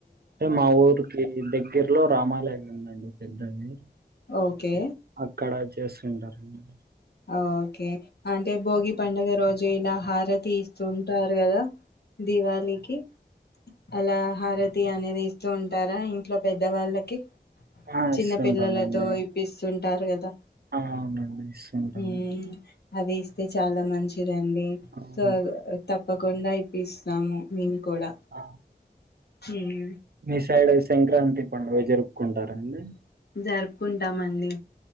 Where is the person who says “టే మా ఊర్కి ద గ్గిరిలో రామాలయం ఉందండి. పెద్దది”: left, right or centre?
Right